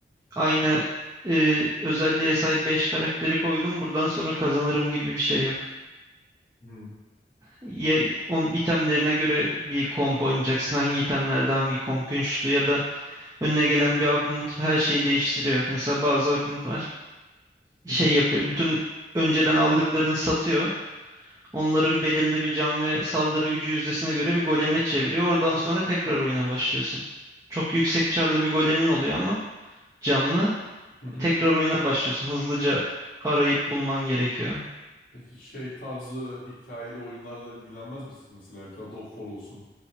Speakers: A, on the right; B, on the left.
A: aynı e, özelliğe sahip 5 karakteri koydum. Buradan sonra kazanırım gibi bir şey yok.
B: hı
A: Ya onun itemlerine göre bir komp oynayacaksın. Hangi itemlerde hangi komp güçlü ya da önüne gelen bir augment her şeyi değiştiriyor. Mesela bazı augment var. Şey
B: hı hı.
A: yapıyor. Bütün önceden aldıklarını satıyor. Onların belirli bir can ve saldırı gücü yüzdesine göre bir goleme çeviriyor. Oradan sonra tekrar oyuna başlıyorsun. Çok yüksek çarlı bir golemin oluyor ama canlı.
B: hı.
A: tekrar oyuna başlıyorsun. Hızlıca arayıp bulman gerekiyor.
B: Peki şey tarzı hikayeli oyunlarla ilgilenmez misiniz mesela? God of War olsun,